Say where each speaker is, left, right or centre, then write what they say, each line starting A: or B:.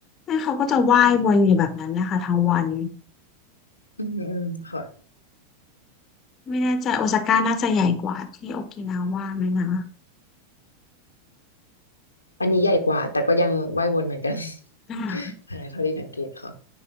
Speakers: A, on the left (about 30°); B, on the left (about 80°).
A: ่เขาก็จะว่ายวนอยู่แบบนั้นนะคะทั้งวัน
B: อืมอืมค่ะ
A: ไม่แน่ใจโอซาก้าน่าจะใหญ่กว่าที่โอกินาว่าไหมนะ
B: อันนี้ใหญ่กว่าแต่ก็ยังว่ายวนเหมือนกัน
A: อ่า
B: <laughs> ใช่เท่าที่สังเกตค่ะ